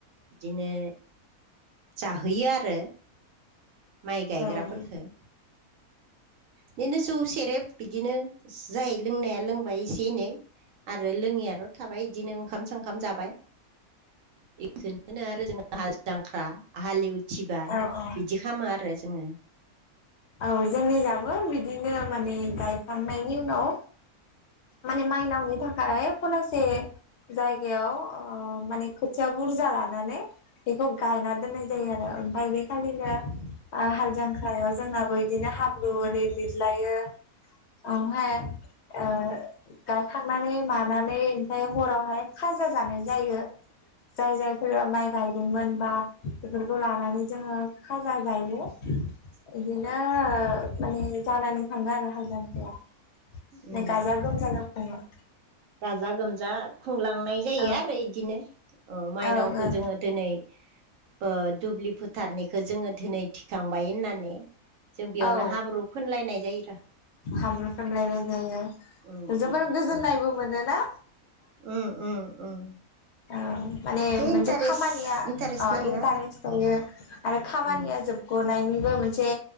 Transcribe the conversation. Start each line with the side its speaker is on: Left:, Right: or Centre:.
Right: बिदिनो जाहोयो आरो। माइ
Left: उम
Right: गायग्राफोरफोरखो। बिदिनो जौ से रेब बिदिनो जाय लोंनाया लोंबाय एसे एनै आरो लोङियाथ' थाबाय बिदिनो ओंखाम संखाम जाबाय। बेखौनो बुङो आरो जोङो हाल जांख्रा हालेवथिबा
Left: औ औ औ
Right: बिदि खामो आरो जोङो।
Left: औ जोंनि जाबो बिदिनो माने गायखांनायनि उनाव माने माइनावनि थाखाय खनासे जायगायाव ओ माने खोथिया बुरजा लानानै बेखौ गायना दोननाय जायो आरो। आमफाय बे खालिनो ओ हाल जांख्रायाव जोंनाबै बिदिनो हाब्रु ओरै लिरलायो ओमफाय ओ गायखांनानै मानानै ओमफाय हरावहाय खाजा जानाय जायो। जाय जायफोरा माइ गायदोंमोन बा बेफोरखौ लानानै जोङो खाजा जायो।
Right: <unintelligible>
Left: इदिनो ओ माने जानानै थाङो आरो हालजांख्राया।
Right: उम
Left: ने गाजा गोमजा जों खुङो।
Right: गाजा गोमजा खुंलांनाय
Left: ओं
Right: जायो आरो इदिनो। ओ मायनावखौ
Left: ओं ओं
Right: जोङो दोनै ओ दुब्लि फोथारनिखो जोङो दोनै थिखांबाय होननानै। जों बेयावनो
Left: औ
Right: हाब्रु फोनलायनाय जायो रा।
Left: हाब्रु फुनलायनाय जायो।
Right: उम
Left: जोबोर
Right: उम
Left: गोजोननायबो
Right: उम
Left: मोनोना?
Right: उम उम उम।
Left: ओ माने मोनसे
Right: इन्टारेस्ट
Left: खामानिया
Right: इन्टारेस्ट
Left: ओ
Right: नाङो
Left: इन्टारेस्ट
Right: आरो
Left: थायो आरो खामानिया
Right: उम
Left: जोब ग'नायनिबो मोनसे